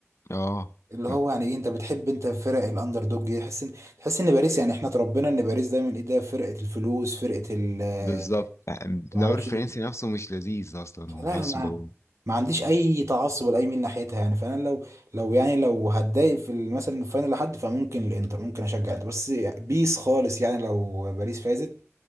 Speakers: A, on the left; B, on the right.
A: اه
B: اللي هو
A: <laughs>
B: يعني ايه انت بتحب انت فرق الاندر دوج دي تحس ان تحس ان باريس يعني احنا اتربينا ان باريس دايما ايه ده فرقه الفلوس فرقه ال آه،
A: بالظبط يعني الدوري
B: ما اعرفش
A: الفرنسي
B: ايه
A: نفسه مش لذيذ اصلا
B: لا
A: بحس
B: ما
A: ده
B: ما عنديش اي تعصب لاي ميل ناحيتها يعني فانا لو لو يعني لو هتضايق في ال- مثلا الفاينل لحد فممكن الانتر ممكن اشجع الانتر بس بيس خالص يعني لو باريس فازت